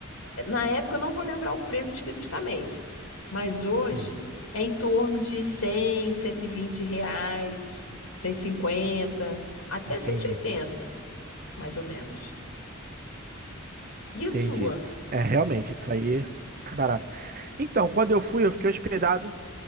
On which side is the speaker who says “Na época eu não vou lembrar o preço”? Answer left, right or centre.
Left